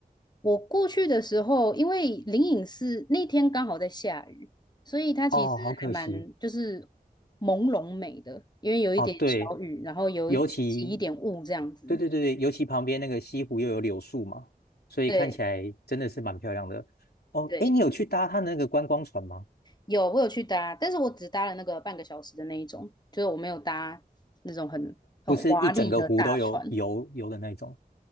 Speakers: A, on the left (about 25°); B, on the left (about 80°).
A: 我过去的时候，因为灵隐寺那天刚好在下雨，所以它其实还蛮就是
B: 哦，好可惜。
A: 朦胧美的，因为有一点小雨，
B: 哦，对，
A: 然后有一起一点雾这样子。
B: 尤其，对对对对，尤其旁边那个西湖又有柳树嘛，所以看起来真的是蛮漂亮的。
A: 对
B: 哦，
A: 对。
B: 哎，你有去搭它那个观光船吗？
A: 有，我有去搭，但是我只搭了那个半个小时的那一种，就是我没有搭那种很很华丽的大船。
B: 不是一整个湖都有游游的那种。